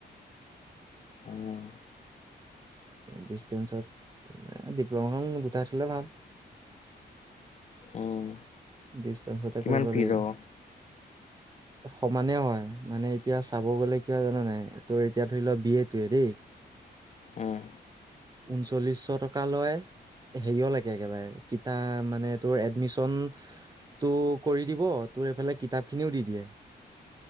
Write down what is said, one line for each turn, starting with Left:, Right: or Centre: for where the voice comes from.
Left: উম
Right: ডিচেঞ্চত ডিপ্লমা গোটাই থলে ভাল।
Left: উম
Right: বেছ ডিফেন্সতে
Left: কিমান
Right: কৰিব
Left: ফিজ
Right: লাগিব।
Left: হ'ব
Right: সমানে হয় মানে এতিয়া চাব গ'লে কি হয় জানা নাই, তোৰ এতিয়া ধৰি লোৱা বি এদ টোৱে দেই,
Left: উম
Right: ঊনচল্লিশশ টকা লয় হেৰিয় লেকে একেবাৰে কিতাপ মানে তোৰ এডমিচন টো কৰি দিব, তোৰ এইফালে কিতাপ খিনিও দি দিয়ে।